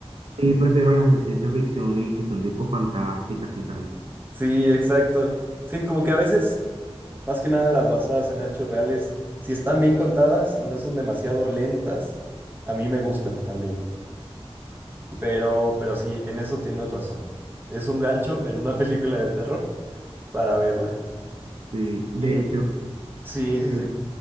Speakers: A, on the right; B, on the right.
A: sí prefiero las de ciencia ficción y que son tipo fantásticas y tal.
B: Sí, exacto. Sí, como que a veces, más que nada las basadas en hechos reales, si están bien contadas y no son demasiado lentas, a mí me gustan también. Pero, pero sí, en eso tienes razón. Es un gancho en una <laughs> película de terror para verla.
A: Sí, de
B: Y-
A: hecho.
B: Sí, sí,
A: eh,
B: sí,